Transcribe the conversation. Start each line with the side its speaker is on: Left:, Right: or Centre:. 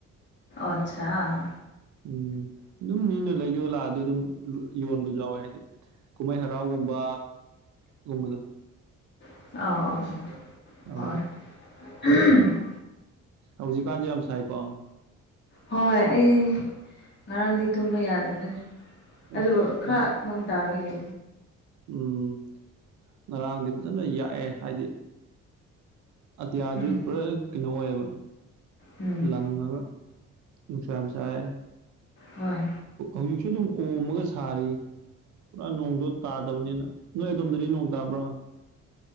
Left: ꯑꯆꯥꯥ
Right: ꯎꯝ ꯑꯗꯨꯝ ꯃꯤꯅ ꯂꯩ ꯌꯣꯜꯂꯛꯑꯗꯤ ꯑꯗꯨꯝ ꯌꯣꯟꯕꯁꯨ ꯌꯥꯎꯋꯦ ꯍꯥꯏꯗꯤ ꯀꯨꯝꯍꯩ ꯍꯔꯥꯎꯒꯨꯝꯕ ꯒꯨꯝꯕꯗꯣ
Left: ꯑꯥꯎ ꯑꯥ
Right: ꯑꯗꯨꯗ
Left: ꯑ ꯍꯣꯏ
Right: ꯍꯧꯖꯤꯛꯀꯥꯟꯁꯦ ꯌꯥꯝ ꯁꯥꯏꯀꯣ
Left: ꯍꯣꯏ ꯑꯩ ꯉꯔꯥꯡꯗꯤ ꯇꯨꯝꯕ ꯌꯥꯗꯕꯅꯤ
Right: ꯑꯩꯁ
Left: ꯑꯗꯨ ꯈꯔ
Right: ꯉꯔꯥꯡ
Left: ꯅꯣꯡ ꯇꯥꯕꯤꯒꯦ
Right: ꯎꯝ ꯉꯔꯥꯡꯗꯤ ꯐꯖꯅ ꯌꯥꯛꯑꯦ ꯍꯥꯏꯗꯤ ꯑꯇꯤꯌꯥꯁꯨ
Left: ꯎꯝ
Right: ꯄꯨꯔꯥ ꯀꯩꯅꯣ ꯑꯣꯏꯌꯦꯕ
Left: ꯎꯝ
Right: ꯂꯪꯉꯒ ꯅꯨꯡꯁꯥ ꯌꯥꯝ ꯁꯥꯏ
Left: ꯍꯣꯏ
Right: ꯍꯧꯖꯤꯛꯁꯨ ꯑꯗꯨꯝ ꯑꯣꯝꯃꯒ ꯁꯥꯔꯤ ꯄꯨꯔꯥ ꯅꯣꯡꯗꯣ ꯇꯥꯗꯕꯅꯤꯅ ꯅꯣꯏ ꯑꯗꯣꯝꯗꯗꯤ ꯅꯣꯡ ꯇꯥꯕ꯭ꯔꯥ